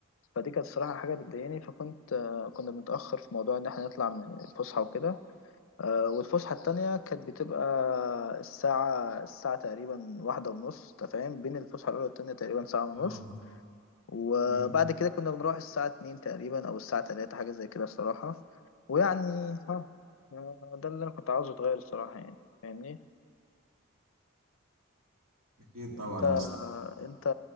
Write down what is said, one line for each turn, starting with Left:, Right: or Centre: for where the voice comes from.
Left: فدي كانت الصراحه حاجه بتضايقني فكنت آه كنا بنتاخر في موضوع ان احنا نطلع من الفسحه وكده آه والفسحه التانية كانت بتبقى الساعه الساعه تقريبا واحدة ونص أنت فاهم بين الفسحه الاولى والتانية تقريبا ساعه ونص
Right: طبعا
Left: وبعد
Right: مم.
Left: كده كنا بنروح الساعة اتنين تقريبا أو الساعة تلاتة حاجة زي كده الصراحة ويعني ها آه، ده اللي أنا كنت عاوزه أتغير الصراحة يعني فاهمني
Right: اكيد طبعا
Left: أنت
Right: يا اسطى
Left: أنت